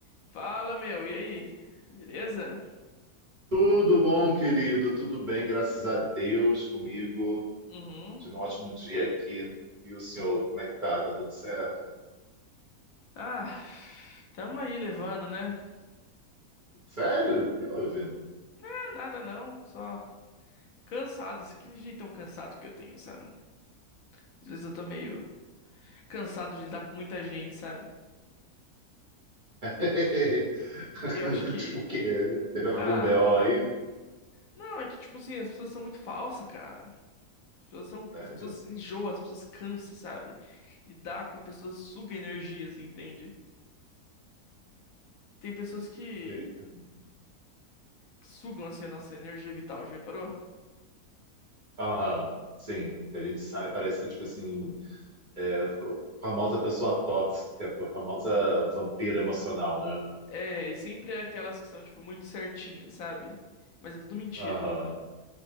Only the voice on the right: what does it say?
Tudo bom, querido? Tudo bem, graças a Deus comigo.
Tive um ótimo dia aqui. E o senhor, como é que tá? Tá tudo certo?
Sério? O que houve?
<laughs>
Tipo o quê? Teve algum
BO aí?
Sério?
Eita.
Aham, sim. A gente sai, parece que, tipo assim, é, ficou famosa pessoa tóxica, a famosa vampira emocional, né?
Aham.